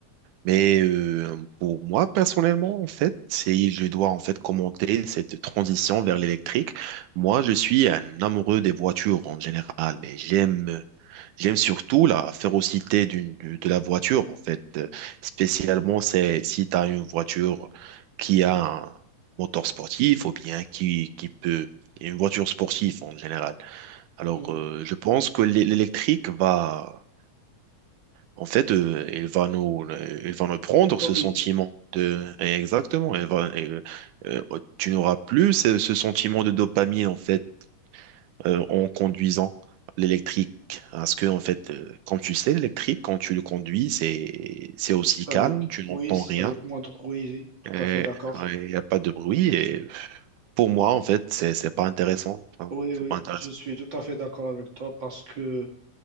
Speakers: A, on the right (about 80°); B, on the right (about 40°).
A: Mais euh, pour moi, personnellement, en fait, si je dois en fait commenter cette transition vers l'électrique, moi, je suis un amoureux des voitures en général et j'aime J'aime surtout la férocité d'une, de, de la voiture, en fait. Euh, Spécialement, c'est si tu as une voiture qui a un moteur sportif ou bien qui, qui peut... Une voiture sportive en général. Alors,
B: mhm.
A: euh, je pense que l'é- l'électrique va... En fait, euh, il va nous, il va nous prendre
B: Domine.
A: ce sentiment de...
B: Mhm.
A: Exactement. il va- euh, euh, tu n'auras plus ce, ce sentiment de dopamine, en fait, euh, en conduisant l'électrique. Parce que, en fait, euh, comme tu sais, l'électrique, quand tu le conduis, c'est, c'est aussi
B: Avec,
A: calme, tu
B: oui,
A: n'entends
B: c'est
A: rien,
B: avec moi, oui, tout
A: et
B: à fait d'accord.
A: il n'y a pas de bruit. Et pour moi, en fait, c'est, c'est pas intéressant. Enfin,
B: Oui,
A: c'est
B: oui,
A: pas intéressant.
B: je suis tout à fait d'accord avec toi parce que